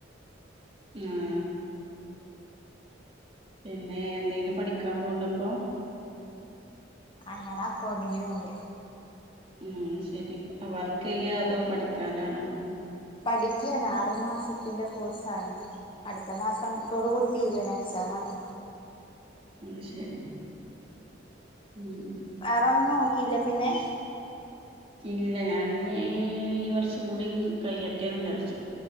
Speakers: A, on the right; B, on the left.
A: ഉം പിന്നെ എന്തെലും പഠിക്ക്യാൻ പോണ്ടാ ഇപ്പോ
B: ആഹ് ഞാൻ അക്കൗണ്ടിങ്ങിന് പോണ്ട്
A: ഉം ശേരി വർക്ക് ചെയ്യാ അതോ പഠിക്കാനാണോ
B: പഠിക്ക്യാണ് ആറ് മാസത്തിന്റെ കോഴ്സാണ് അട്ത്താ മാസാത്തോടു കൂടി തീര്യയാണ് എക്സാം ആണ്
A: ആഹ് ശേരി ഉം
B: വേറെന്നും നോക്കില്ലേ പിന്നെ
A: ഇല്ലാ ഞാന് ഇനി ഈ വർഷം കൂടി കയ്യട്ടെന്ന് വിചാരിച്ചു